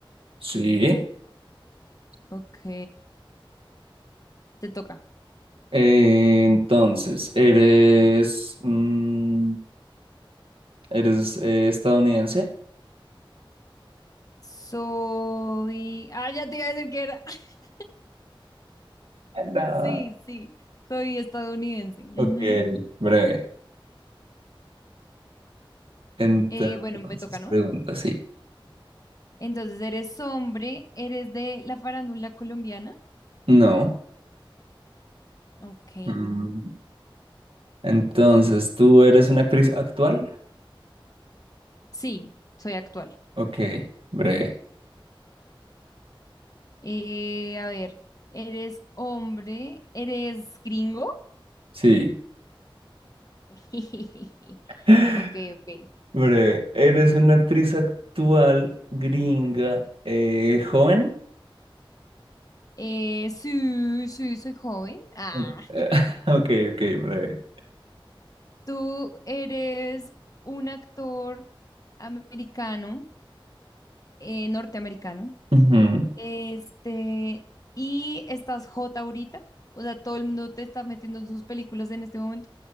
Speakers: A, on the right; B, on the left.
A: Sí.
B: Ok, te toca.
A: Eh, entonces, eres mm, eres eh, estadounidense.
B: Soy... Ah, ya te iba a decir que era. <laughs>
A: No.
B: Sí, sí, soy estadounidense. Ujú.
A: Ok, breve. Entonces,
B: Eh, bueno, me toca, ¿no?
A: pregunta, sí.
B: Entonces, ¿eres hombre? ¿Eres de la farándula colombiana?
A: No.
B: Ok.
A: Mm, Entonces, ¿tú eres una actriz actual?
B: Sí, soy actual.
A: Ok, breve.
B: Eh, a ver, ¿eres hombre? ¿Eres gringo?
A: Sí.
B: <laughs>
A: <laughs>
B: Ok, ok.
A: Breve, eres una actriz actual, gringa, eh, joven.
B: Eh, sí, sí, soy joven. Ah,
A: Ok, <laughs> ok, ok, breve.
B: ¿tú eres un actor americano, eh, norteamericano?
A: Ujú.
B: Este, ¿y estás hot ahorita? O sea, todo el mundo te está metiendo en sus películas en este momento.